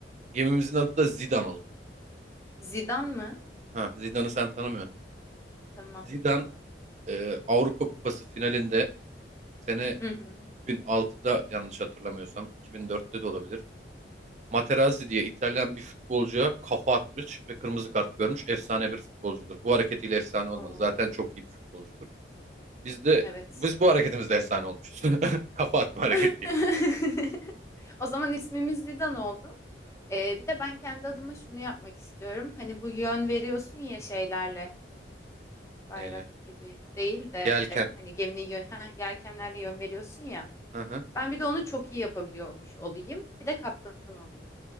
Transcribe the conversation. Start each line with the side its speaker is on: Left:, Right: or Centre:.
Right: Gemimizin adı da Zidane oldu.
Left: Zidane mı?
Right: Ha, Zidane'ı sen tanımıyorsun.
Left: Tanımam.
Right: Zidane e, Avrupa Kupası finalinde sene
Left: Hı hı.
Right: 2006'da yanlış hatırlamıyorsam 2004'te de olabilir. Materazzi diye İtalyan bir futbolcuya kafa atmış ve kırmızı kart görmüş. Efsane bir futbolcudur. Bu hareketiyle efsane olmadı.
Left: Oo,
Right: Zaten çok iyi bir futbolcudur. Biz de
Left: evet.
Right: biz bu hareketimizle efsane olmuşuz. <laughs> Kafa atma hareketiyle.
Left: <laughs> O zaman ismimiz Zidane oldu. Ee, bir de ben kendi adıma şunu yapmak istiyorum. Hani bu yön veriyorsun ya şeylerle bayrak
Right: Neyle?
Left: gibi değil de
Right: Yelken.
Left: hani geminin yön, heh, yelkenlerle yön veriyorsun ya.
Right: Hı hı.
Left: Ben bir de onu çok iyi yapabiliyormuş olayım. Bir de kaptan olayım.